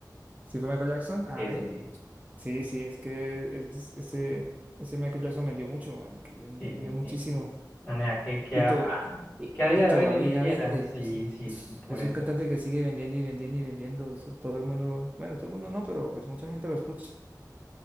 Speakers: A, on the right; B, on the left.
A: ¿Sí fue Michael Jackson? A
B: Sí,
A: ver.
B: sí, sí.
A: Sí, sí, es que es- ese, ese Michael Jackson vendió mucho, man, que vendió
B: Sí, sí,
A: muchísimo.
B: sí. No, nada, que, que,
A: Y,
B: a,
A: to-
B: ah,
A: y,
B: que a
A: y
B: día
A: todavía
B: de hoy ni siquiera.
A: vende.
B: Sí,
A: Es,
B: sí,
A: es-
B: sí, por
A: es
B: eso.
A: un cantante que sigue vendiendo y vendiendo y vendiendo. Eso todo el mundo, bueno, todo el mundo no, pero pues mucha gente lo escucha.